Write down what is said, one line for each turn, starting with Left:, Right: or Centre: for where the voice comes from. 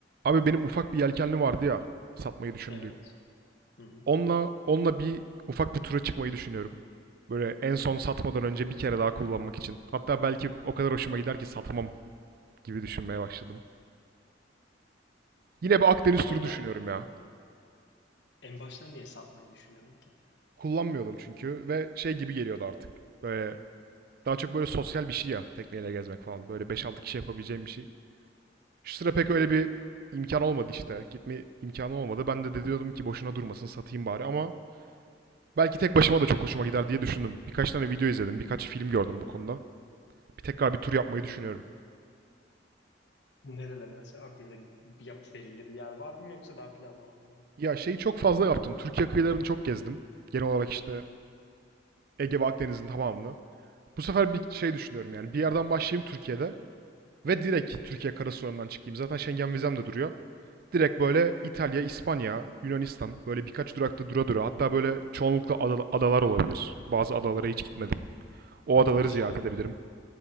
Right: Abi benim ufak bir yelkenli vardı ya satmayı düşündüğüm.
Left: Evet. Hı hı.
Right: Onunla onunla bir ufak bir tura çıkmayı düşünüyorum. Böyle en son satmadan önce bir kere daha kullanmak için. Hatta belki o kadar hoşuma gider ki satmam gibi düşünmeye başladım. Yine bir Akdeniz turu
Left: En,
Right: düşünüyorum
Left: ba-
Right: ya.
Left: en başta niye satmayı düşünüyordun ki?
Right: Kullanmıyordum çünkü ve şey gibi geliyordu artık. Böyle daha çok böyle sosyal bir şey ya tekneyle gezmek falan. Böyle beş altı kişi yapabileceğim bir şey. Şu sıra pek öyle bir imkan olmadı işte. Gitme imkanı olmadı. Ben de, de diyordum ki boşuna durmasın satayım bari ama Belki tek başıma da çok hoşuma gider diye düşündüm. Birkaç tane video izledim, birkaç film gördüm bu konuda. Bir tekrar bir tur yapmayı düşünüyorum.
Left: Nerelere mesela aklında bir, yap- belirli bir yer var mı yoksa daha planlamadın mı?
Right: Ya şeyi çok fazla yaptım. Türkiye kıyılarını çok gezdim. Genel olarak işte Ege ve Akdeniz'in tamamını. Bu sefer bir şey düşünüyorum yani. Bir yerden başlayayım Türkiye'de ve direkt Türkiye karasınırından çıkayım. Zaten Schengen vizem de duruyor. Direkt böyle İtalya, İspanya, Yunanistan böyle birkaç durakta dura dura. Hatta böyle çoğunlukla ada- adalar olabilir. Bazı adalara hiç gitmedim. O adaları
Left: Eşi.
Right: ziyaret edebilirim.